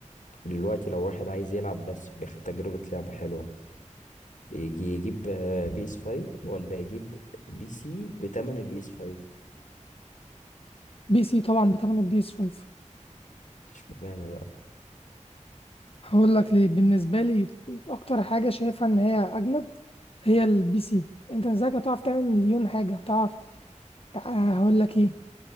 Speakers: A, on the left; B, on the left.
A: دلوقتي لو واحد عايز يلعب بس بياخد تجربة لعبة حلوة يجي يجيب بي اس 5 ولا يجيب بي سي بتمن البي اس 5
B: سي طبعا بتمن البي اس 5
A: اشمعنى بقى
B: هقول لك ليه بالنسبة لي اكتر حاجة شايفها ان هي اجمد هي البي سي انت ازاي هتعرف تعمل مليون حاجة هتعرف تع- هقول لك ايه